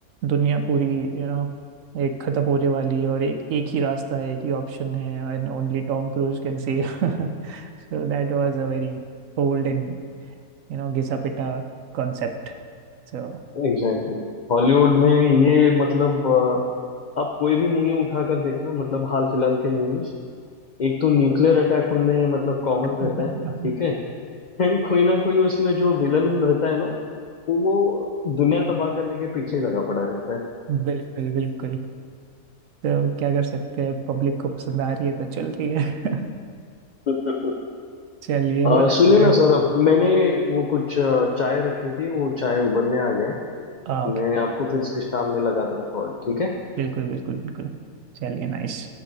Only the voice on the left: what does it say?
एग्जैक्टली हॉलीवुड में ये मतलब अ, आप कोई भी मूवी उठाकर देखना मतलब हाल फिलहाल के मूवीज एक तो न्यूक्लियर अटैक उनमें मतलब कॉमन
रहता है ठीक है एंड कोई ना कोई उसमें जो विलन रहता है ना वो वो दुनिया तबाह करने के पीछे ही लगा पड़ा रहता है
<laughs>
अ,
सुनिए
ना सौरभ मैंने वो कुछ अ, चाय रखी थी वो चाय उबलने आ गए
मैं आपको फिर से शाम में लगाता हूँ कॉल ठीक है